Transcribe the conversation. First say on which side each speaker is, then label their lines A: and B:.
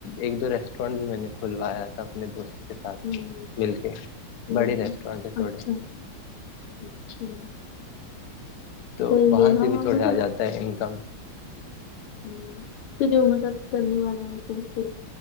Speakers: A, on the left; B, on the left.
A: ایک دو ریسٹورینٹ بھی میں نے کھلوایا تھا اپنے دوست کے ساتھ
B: ہوں
A: مل کے
B: ہوں
A: بڑی ریسٹورینٹ ہے تھوڑے
B: اچھا اچھا
A: تو
B: صحیح
A: وہاں
B: ہے ہاں
A: سے بھی تھوڑے
B: مطلب
A: آ جاتا ہے انکم
B: ہ تو جو مدد کرنے والا ہے تو اس کے